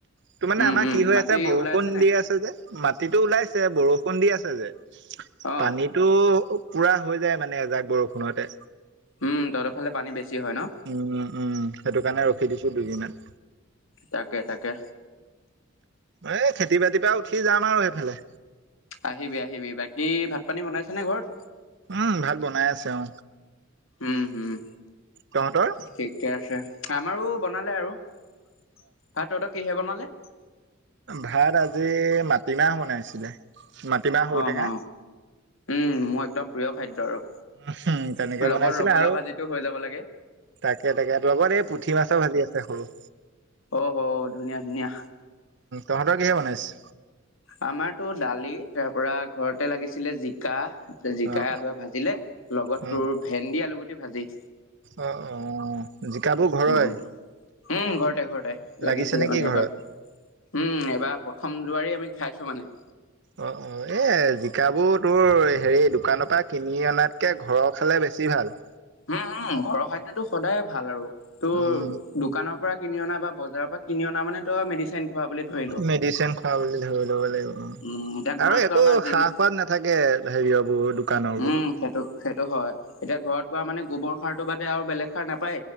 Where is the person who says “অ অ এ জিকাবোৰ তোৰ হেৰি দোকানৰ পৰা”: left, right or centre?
Right